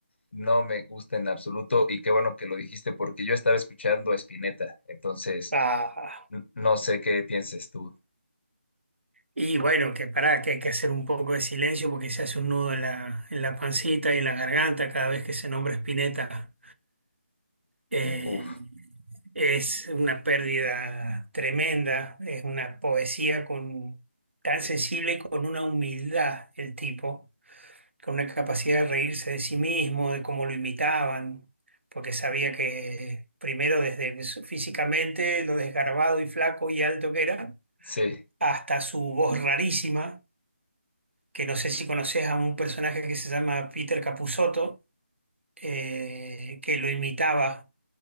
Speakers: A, on the left (about 65°); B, on the right (about 70°).
A: no me gusta en absoluto y qué bueno que lo dijiste porque yo estaba escuchando a Spinetta, entonces
B: Ah,
A: n- no sé qué pienses tú.
B: Y bueno, que pará, que hay que hacer un poco de silencio porque se hace un nudo en la, en la pancita y en la garganta cada vez que se nombra Spinetta. Eh,
A: Uf.
B: es una pérdida tremenda, es una poesía con, tan sensible y con una humildad el tipo con una capacidad de reírse de sí mismo, de cómo lo imitaban, porque sabía que primero desde su- físicamente lo desgarbado y flaco y alto que era,
A: Sí,
B: hasta su voz rarísima, que no sé si conoces a un personaje que se llama Peter Capusotto, eh, que lo imitaba,